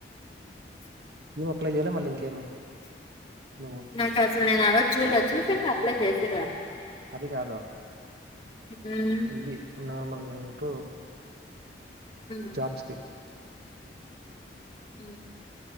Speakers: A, on the right (about 60°); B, on the left (about 30°).
A: ఏమి అప్లై చేయాలె మళ్ళీ ఇంకేమి నువ్వు
B: నాకు అసలు నేను ఆ రోజ్ చూలె చూసింటే అప్లై చేసేదానీ
A: అది కాదు
B: మ్మ్
A: ఇది నార్మల్ ఉంటు
B: మ్మ్
A: జాబ్స్ కీ
B: ఊ